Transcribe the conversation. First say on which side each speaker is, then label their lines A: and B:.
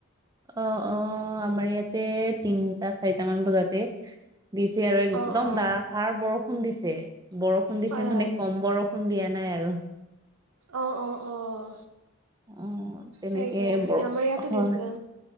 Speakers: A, on the right; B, on the right.
A: অ, অ আমাৰ ইয়াতে তিনটা-চাৰিটা মান বজাতে দিছে আৰু একদম
B: অঁ অঁ
A: দাৰষাৰ বৰষুণ দিছে। বৰষুণ দিছে
B: হয়
A: মানে
B: হয়
A: কম বৰষুণ দিয়া নাই আৰু।
B: অঁ অঁ অঁ
A: অ' তেনেকে
B: তাকে
A: ব
B: আমাৰ ইয়াতো
A: হয়।
B: দিছিলে